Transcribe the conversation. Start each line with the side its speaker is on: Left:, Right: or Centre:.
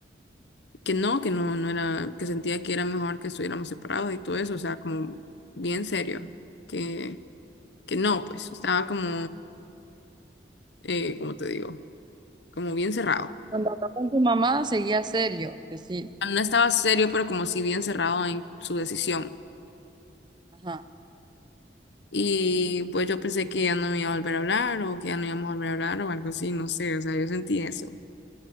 Left: que no, que no, no era, que sentía que era mejor que estuviéramos separados y todo eso, o sea, como bien serio, que, que no, pues estaba como, eh, como te digo, como bien cerrado.
Right: Cuando habló con tu mamá seguía serio, decís.
Left: Bueno, No estaba serio, pero como si bien cerrado en su decisión.
Right: Ajá,
Left: Y pues yo pensé que ya no me iba a volver a hablar o que ya no íbamos a volver a hablar o algo así, no sé, o sea, yo sentí eso